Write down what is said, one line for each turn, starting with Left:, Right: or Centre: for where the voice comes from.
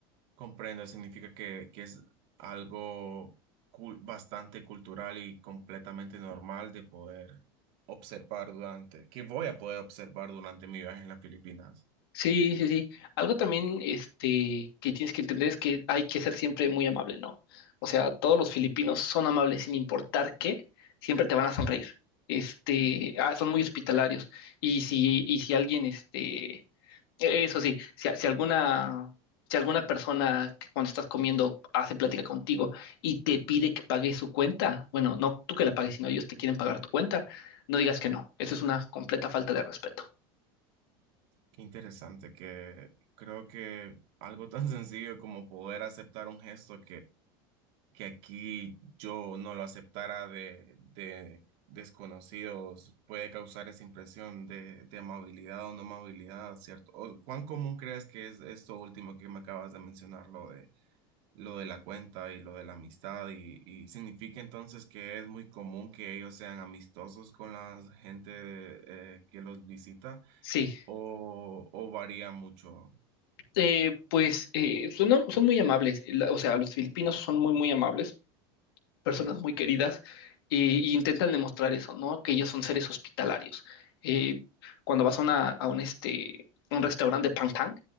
Right: Comprendo, significa que, que es algo cul- bastante cultural y completamente normal de poder observar durante, que voy a poder observar durante mi viaje en las Filipinas.
Left: Sí, sí, sí. Algo también, este, que tienes que entender es que hay que ser siempre muy amable, ¿no? O sea, todos los filipinos son amables sin importar qué, siempre te van a sonreír. Este, ah, son muy hospitalarios. Y si, y si alguien, este, E-, Eso sí, si, si alguna, si alguna persona que cuando estás comiendo hace plática contigo y te pide que pagues su cuenta, bueno, no tú que la pagues, sino ellos te quieren pagar tu cuenta, no digas que no. Eso es una completa falta de respeto.
Right: Qué interesante, que creo que algo tan <laughs> sencillo como poder aceptar un gesto que aquí yo no lo aceptara de, de desconocidos puede causar esa impresión de, de amabilidad o no amabilidad, ¿cierto? O, ¿cuán común crees que es esto último que me acabas de mencionar, lo de, lo de la cuenta y lo de la amistad? Y, y significa entonces que es muy común que ellos sean amistosos con la gente eh, que los visita
Left: Sí,
Right: o, o varía mucho?
Left: eh, pues eh, son, son muy amables. La- O sea, los filipinos son muy, muy amables. personas muy queridas eh, e intentan demostrar eso, ¿no? Que ellos son seres hospitalarios. Eh, cuando vas a, una- a un, este, un restaurante de Pangtang,